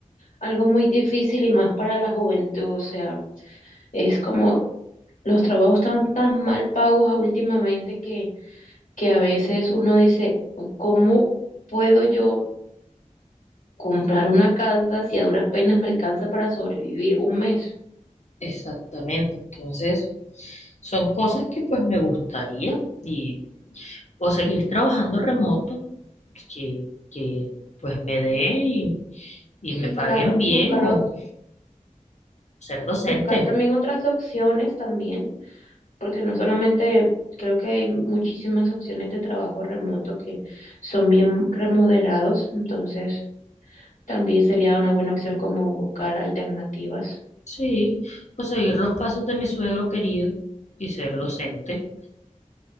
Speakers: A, on the left (about 80°); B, on the left (about 60°).
A: algo muy difícil y más para la juventud. O sea, es como los trabajos están tan mal pagos a- últimamente que, que a veces uno dice, ¿cómo puedo yo comprar una casa si a duras penas me alcanza para sobrevivir un mes?
B: Exactamente. Entonces, son cosas que pues me gustaría y o seguir trabajando remoto, que, que pues me dé y, y
A: Sí,
B: me paguen
A: claro,
B: bien
A: buscar,
B: o
A: ot-
B: ser docente.
A: buscar también otras opciones también. porque no solamente creo que hay muchísimas opciones de trabajo remoto que son bien remunerados, entonces también sería una buena opción como buscar alternativas.
B: Sí, o seguir los pasos de mi suegro querido y ser docente.